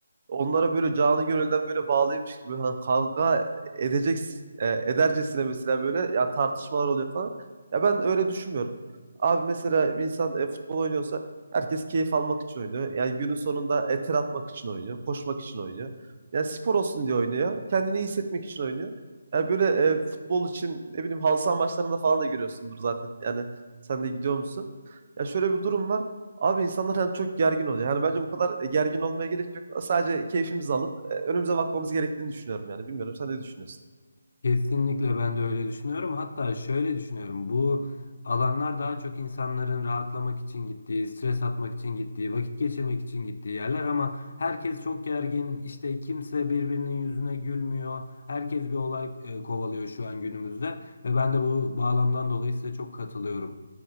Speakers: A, on the right; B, on the left.
A: onlara böyle canı gönülden böyle bağlıymış gibi hani kavga edecek e, edercesine mesela böyle ya tartışmalar oluyor falan. Ya ben öyle düşünmüyorum. Abi mesela bir insan e, futbol oynuyorsa herkes keyif almak için oynuyor. Yani günün sonunda e, ter atmak için oynuyor, koşmak için oynuyor. Yani spor olsun diye oynuyor. Kendini iyi hissetmek için oynuyor. Yani böyle e, futbol için ne bileyim halı saha maçlarında falan da görüyorsundur zaten. Yani sen de gidiyor musun? Ya şöyle bir durum var. Abi insanlar hani çok gergin oluyor. Yani bence bu kadar e, gergin olmaya gerek yok. Sadece keyfimizi alıp e, önümüze bakmamız gerektiğini düşünüyorum yani. Bilmiyorum sen ne düşünüyorsun?
B: Kesinlikle ben de öyle düşünüyorum. Hatta şöyle düşünüyorum. Bu alanlar daha çok insanların rahatlamak için gittiği, stres atmak için gittiği, vakit geçirmek için gittiği yerler ama herkes çok gergin. İşte kimse birbirinin yüzüne gülmüyor. Herkes bir olay e, kovalıyor şu an günümüzde ve ben
A: Hı hı.
B: de bu bağlamdan dolayı size çok katılıyorum.